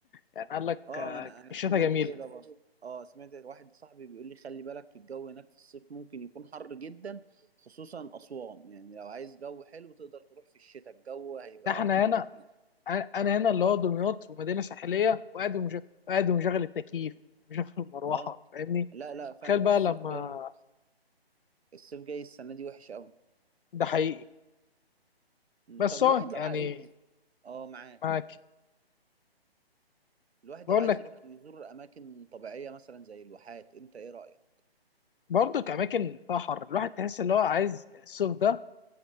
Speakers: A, on the left (about 60°); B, on the right (about 80°).
A: يعني قال لك
B: اه
A: آه،
B: انا انا
A: الشتاء
B: سمعت
A: جميلة
B: كده برضو اه سمعت واحد صاحبي بيقول لي خلي بالك الجو هناك في الصيف ممكن يكون حر جدا خصوصا اسوان يعني لو عايز جو حلو تقدر تروح في الشتاء الجو هيبقى
A: ده احنا
B: ارحم
A: هنا
B: بكتير
A: انا هنا اللي هو دمياط ومدينة ساحلية وقاعد ومش- وقاعد ومشغل التكييف ومشغل المروحة
B: اه
A: فاهمني
B: لا لا فعلا
A: تخيل بقى
B: الصيف
A: لما
B: جاي الصيف جاي السنه دي وحش قوي
A: ده حقيقي بس
B: طب
A: هو
B: الواحد
A: يعني
B: لو عايز اه معاك
A: معاك
B: الواحد
A: بقول
B: لو عايز
A: لك
B: يروح يزور اماكن طبيعيه مثلا زي الواحات انت ايه رايك
A: برضك اماكن فيها حر الواحد تحس اللي هو عايز الصيف ده